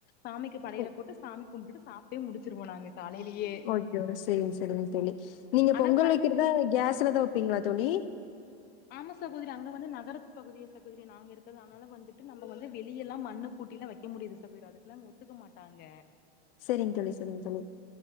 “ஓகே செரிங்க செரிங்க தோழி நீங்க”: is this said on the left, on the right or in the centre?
Left